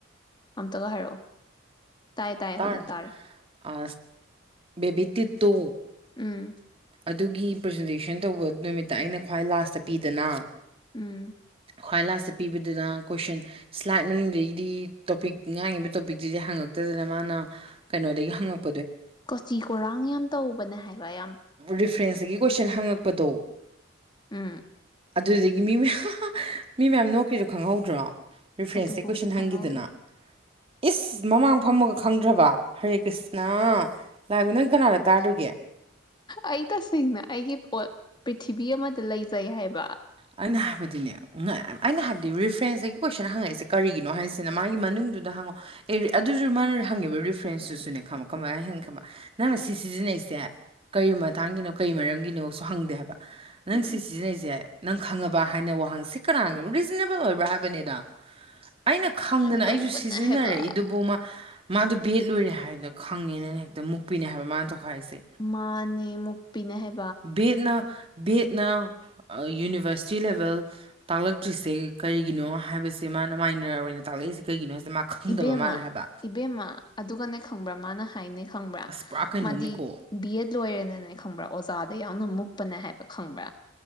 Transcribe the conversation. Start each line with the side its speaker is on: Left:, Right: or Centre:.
Left: ꯑꯇꯒ ꯍꯥꯏꯔꯣ ꯇꯥꯏ ꯇꯥꯏ
Right: ꯇꯔ
Left: ꯍꯧꯖꯤꯛ ꯇꯥꯔꯦ
Right: ꯑ ꯦꯕꯤ ꯏ ꯇ
Left: ꯎꯝ
Right: ꯑꯗꯨꯒꯤ ꯄ꯭ꯔꯖꯦꯟꯇꯦꯁꯟ ꯇꯧꯕ ꯅꯨꯃꯤꯠꯇ ꯑꯩꯅ ꯈ꯭ꯋꯥꯏ ꯂꯥꯁꯇ ꯄꯤꯗꯅ
Left: ꯎꯝ
Right: ꯈ꯭ꯋꯥꯏ ꯂꯥꯁꯇ ꯄꯤꯕꯗꯨꯅ ꯀꯣꯏꯁꯟ ꯁ꯭ꯂꯥꯏꯠ ꯃꯅꯨꯡꯗꯒꯤꯗꯤ ꯇꯣꯄꯤꯛ ꯉꯥꯡꯉꯤꯕ ꯇꯣꯄꯤꯛꯇꯨꯗꯤ ꯍꯪꯉꯛꯇꯗꯅ ꯃꯥꯅ ꯀꯩꯅꯣꯗꯒꯤ ꯍꯪꯉꯛꯄ
Left: ꯀꯣꯆꯤ ꯀꯨꯔꯥꯡ ꯌꯥꯝ ꯇꯧꯕꯅꯦ ꯍꯥꯏꯕ ꯌꯥꯝ
Right: ꯔꯤꯐ꯭ꯔꯦꯟꯁꯇ ꯀꯣꯏꯁꯟ ꯍꯪꯉꯛꯄꯗ ꯠꯇꯣ
Left: ꯑꯝ
Right: ꯑꯗꯨꯗꯒꯤ ꯃꯤ ꯃꯌꯥꯝ ꯃꯤ ꯃꯌꯥꯝ ꯅꯣꯛꯈꯔꯤꯗꯣ ꯈꯪꯍꯧꯗ꯭ꯔꯣ ꯔꯤꯐ꯭ꯔꯦꯟꯁꯁꯦ
Left: ꯑꯗꯨꯐꯧꯗꯤ
Right: ꯀꯣꯏꯁꯟ
Left: ꯈꯪꯍꯧꯗꯦ
Right: ꯍꯪꯈꯤꯗꯅ ꯏꯁ ꯃꯃꯥꯡ ꯐꯝꯃꯒ ꯈꯪꯗ꯭ꯔꯕ ꯍꯔꯦ ꯀ꯭ꯔꯤꯁꯅ ꯂꯥꯛꯕ ꯅꯪ ꯀꯅꯥꯗ ꯇꯥꯔꯨꯒꯦ
Left: ꯑꯩ ꯇꯁꯦꯡꯅ ꯑꯩꯒꯤ ꯄꯣꯠ ꯄ꯭ꯔꯤꯊꯤꯕꯤ ꯑꯃꯗ ꯂꯩꯖꯩ ꯍꯥꯏꯕ
Right: ꯑꯩꯅ ꯍꯥꯏꯕꯗꯤꯅꯦ ꯑꯩꯅ ꯍꯥꯏꯕꯗꯤ ꯔꯤꯐ꯭ꯔꯦꯟꯁꯇꯒꯤ ꯀꯣꯏꯁꯟ ꯍꯪꯉꯛꯏꯁꯦ ꯀꯔꯤꯒꯤꯅꯣ ꯍꯥꯏꯁꯤꯅ ꯃꯥꯒꯤ ꯃꯅꯨꯡꯗꯨꯗ ꯍꯪꯉꯛꯑꯣ ꯑꯗꯨꯗꯨ ꯃꯥꯅ ꯍꯪꯉꯦꯕ ꯔꯤꯐ꯭ꯔꯦꯟꯁꯇꯨꯁꯨꯅꯦ ꯈꯪꯕꯣ ꯀꯃꯥꯏꯅ ꯍꯪꯒꯤ ꯈꯪꯕ ꯅꯪꯅ ꯁꯤ ꯁꯤꯖꯤꯟꯅꯩꯁꯦ ꯀꯔꯤ ꯃꯇꯥꯡꯒꯤꯅꯣ ꯀꯔꯤ ꯃꯔꯝꯒꯤꯅꯣꯁꯨ ꯍꯪꯗꯦ ꯍꯥꯏꯕ ꯅꯪ
Left: ꯎꯝ
Right: ꯁꯤ ꯁꯤꯖꯤꯟꯅꯩꯁꯦ ꯅꯪ ꯈꯪꯉꯕ ꯍꯥꯏꯅ ꯋꯥꯍꯪꯁꯤ ꯀꯅꯥꯅꯣ ꯔꯤꯖꯅꯦꯕꯜ ꯑꯣꯏꯕ꯭ꯔꯥ ꯍꯥꯏꯕꯅꯤꯗꯣ ꯑꯩꯅ ꯈꯪꯗꯅ
Left: ꯌꯥꯝ ꯇꯧꯕꯅꯦ
Right: ꯑꯩꯁꯨ ꯁꯤꯖꯤꯟꯅꯔꯛꯏꯗꯨꯕ
Left: ꯍꯥꯏꯕ
Right: ꯃꯥ ꯃꯥꯗꯨꯣ ꯕꯦꯠ ꯂꯣꯏꯔꯦ ꯍꯥꯏꯗꯅ ꯈꯪꯉꯦꯅ ꯍꯦꯛꯇ ꯃꯨꯛꯄꯤꯅꯦ ꯍꯥꯏꯕ ꯃꯥꯅ ꯇꯧꯈꯥꯏꯔꯤꯁꯦ
Left: ꯃꯥꯅꯦ ꯃꯨꯄꯤꯅꯦ ꯍꯥꯏ
Right: ꯕꯅ ꯕꯦꯠꯅ ꯌꯨꯅꯤꯚꯔꯁꯤꯇꯤ ꯂꯦꯚꯦꯜ ꯇꯥꯛꯂꯛꯇ꯭ꯔꯤꯁꯦ ꯀꯔꯤꯒꯤꯅꯣ ꯍꯥꯏꯕꯁꯦ ꯃꯥꯅ ꯃꯥꯏꯅ ꯑꯣꯏꯅ ꯇꯥꯛꯂꯛꯏꯁꯦ ꯀꯩꯒꯤꯅꯣ ꯃꯥ ꯈꯪꯗꯕ
Left: ꯏꯕꯦꯝꯃ
Right: ꯃꯥꯜꯂꯦ ꯍꯥꯏꯕ
Left: ꯏꯕꯦꯝꯃ ꯑꯗꯨꯒꯅꯦ ꯈꯪꯕ꯭ꯔꯥ ꯃꯥꯅ ꯍꯥꯏꯥꯏꯅꯦ ꯈꯪꯕ꯭ꯔꯥ
Right: ꯑꯁ ꯄꯨꯔꯥ ꯀꯩꯅꯣꯝꯅꯤꯀꯣ
Left: ꯃꯥꯗꯤ ꯕꯤ ꯑꯦꯠ ꯂꯣꯏꯔꯦꯅꯅꯦ ꯈꯪꯕ꯭ꯔꯥ ꯑꯣꯖꯥꯗ ꯌꯥꯝꯅ ꯃꯨꯛꯄꯅꯦ ꯍꯥꯏꯕ ꯈꯪꯕ꯭ꯔꯥ